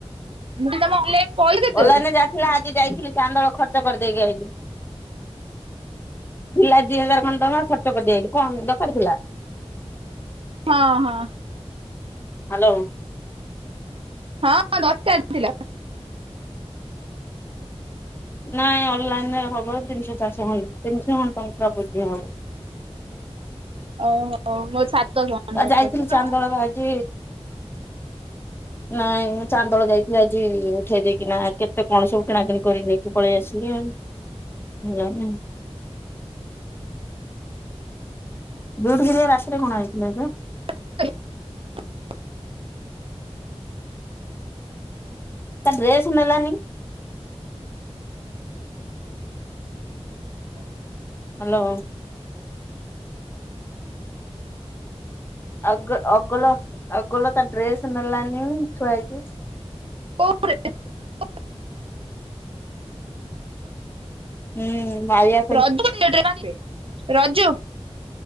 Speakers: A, on the right; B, on the left.
A: ମୁଟେ ତମ ଅନଲାଇନ ପଇସା କେତେ
B: ଅନଲାଇନରେ
A: ଅଛି?
B: ଯାହା ଥିଲା ଆଜି ଯାଇଥିଲି ଚାନ୍ଦଳ ଖର୍ଚ୍ଚ କରିଦେଇକି ଆଇଚି। ଥିଲା ଦି ହଜାର ଖଣ୍ଡ ଟଙ୍କା ଖର୍ଚ୍ଚ କରିଦେଇକି ଆଇଚି, କଣ ଦରକାର ଥିଲା?
A: ହଁ ହଁ।
B: ହାଲୋ।
A: ହଁ ହଁ ଦରକାର ଥିଲା।
B: ନାଇଁ ଅନଲାଇନ ରେ ହବ ତିନିଶ ଚାରିଶ ଖନ ତିନିଶ ଖଣ୍ଡ ଟଙ୍କା <unintelligible>
A: ଓହୋ ମୋର ସାତ <unintelligible> ଦରକାର
B: ଆଉ ଯାଇଥିଲି
A: ଥିଲା।
B: ଚାନ୍ଦଳ ଆଜି ନାଇଁ ମୁଁ ଚାନ୍ଦଳ ଯାଇଥିଲି ଆଜି ଉଠେଇ ଦେଇକିନା କେତେ କଣ ସବୁ କିଣାକିଣି କରିନି। ପଳେଇ ଆସିଲି ଆଉ ହେଲାନି ଆଉ ବିଉଟି ହେଲିଆ ରାତିରେ କଣ ଆଇଥିଲେ ଏବେ।
A: <unintelligible>
B: ତା ଡ୍ରେସ ନେଲାନି। ହାଲୋ। ଅଗ ଅଗଲ ଅଗଲ ତା ଡ୍ରେସ ନେଲାନି ଥୁଆ ହେଇଚି।
A: <unintelligible>
B: ହୁଁ ମାଇଆ
A: <unintelligible>